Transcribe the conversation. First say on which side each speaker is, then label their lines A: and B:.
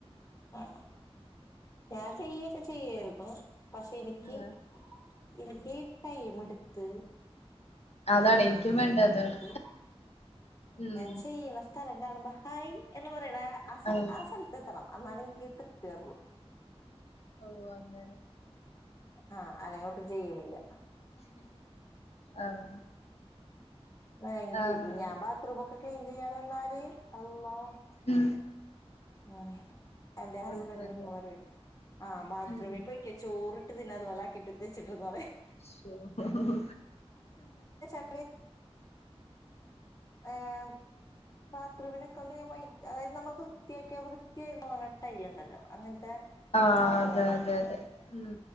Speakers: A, on the left; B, on the left.
A: ആ ഞാൻ ചെയ്യൊക്കെ ചെയ്യുപ്പം പക്ഷെ എനിക്ക്
B: ആഹ്
A: എനിക്ക് ടൈം എടുത്ത്
B: അതാണ്
A: നല്ലോണം
B: എനിക്കും
A: ടൈം
B: വേണ്ട അതാണ്
A: എടുത്ത്
B: ഉം
A: ഞാൻ ചെയ്യണ സ്ഥലം കാണുമ്പോ ഹായ് എന്ന് പറയണേ അ സ
B: ആഹ്
A: ആ സ്‌ തത്തണം അന്നാലെ എനിക്ക് തൃപ്തി വേരൊള്ളൂ
B: ഓഹ് അങ്ങനെ
A: ആഹ് അനയോട്ടും ചെയ്യുമില്ല
B: ആഹ്
A: എനിക്ക്
B: ആഹ്
A: ഞാൻ ബാത്റൂമക്കെ ക്ലീൻ ചെയ്യാൻ നിന്നാല് അള്ളോ
B: ഉം
A: ഉം എന്റെ
B: ഫുൾ
A: ഹസ്ബൻഡ
B: ക്ലെയിം
A: ഉമ്മ പറിം ആ ബാത്റൂമി
B: ഉം
A: പോയി ക്കെ ചോറിട്ട് തിന്ന അത് ഒലക്കിയിട്ട്ത്തച്ചിട്ടിന്ന് പറേ
B: ശോ
A: <inaudible> ഏഹ് ബാത്റൂമിനൊക്കെ <unintelligible> അതായത് നമുക്ക് വൃത്തിയാക്കിയ വൃത്തിയ തോന്നുന്ന ടൈയിലുണ്ടല്ലോ അങ്ങനത്തെ
B: ആഹ്
A: കളർ
B: അതെ
A: വേണം
B: അതെ അതെ ഉം